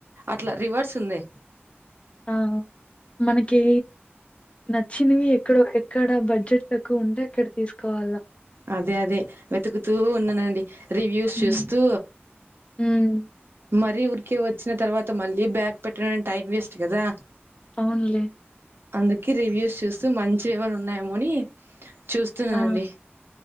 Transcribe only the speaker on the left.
ఆ మనకి నచ్చినవి ఎక్కడో ఎక్కడ బడ్జెట్ తక్కువ ఉంటే అక్కడ తీసుకోవాలా
హ్మ్.
హ్మ్.
అవునులే
ఆ!